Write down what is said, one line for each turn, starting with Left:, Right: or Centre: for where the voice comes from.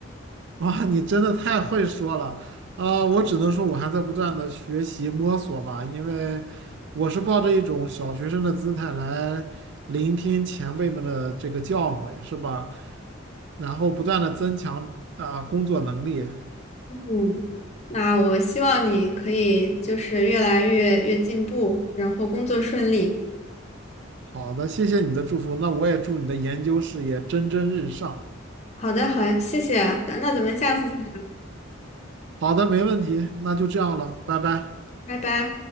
Right: <laughs> 哇，你真的太会说了啊！我只能说，我还在不断的学习摸索吧，因为我是抱着一种小学生的姿态来聆听前辈们的这个教诲，是吧？然后不断的增强啊、工作能力。
Left: 嗯，那我希望你可以就是越来越越进步，然后工作顺利。
Right: 好的，谢谢你的祝福，那我也祝你的研究事业蒸蒸日上。
Left: 好的，好，谢谢啊，那那咱们下次再聊，
Right: 好的，没问题，那就这样了，拜拜。
Left: 拜拜。